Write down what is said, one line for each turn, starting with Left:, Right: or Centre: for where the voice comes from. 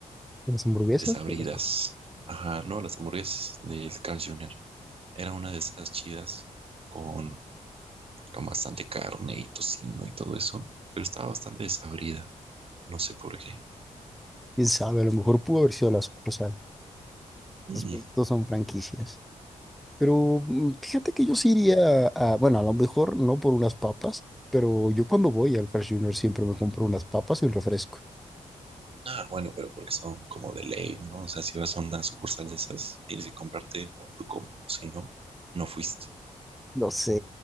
Centre: Las hamburguesas,
Right: desabridas.
Centre: pues, las pap-
Right: Ajá, no, las hamburguesas del Carl Jr. Era una de esas chidas con, con bastante carne y tocino y todo eso, pero estaba bastante desabrida, no sé por qué.
Centre: quién sabe, a lo mejor pudo haber sido la sucursal.
Right: Mm.
Centre: Después todos son franquicias. Pero mm, fíjate que yo sí iría a, bueno, a lo mejor no por unas papas, pero yo cuando voy al Carl Junior siempre me compro unas papas y un refresco.
Right: Ah, bueno, pero porque son como de ley, ¿no? O sea, si vas a una sucursal de esas, tienes que comprarte tu combo. Si no, no fuiste.
Centre: Lo sé,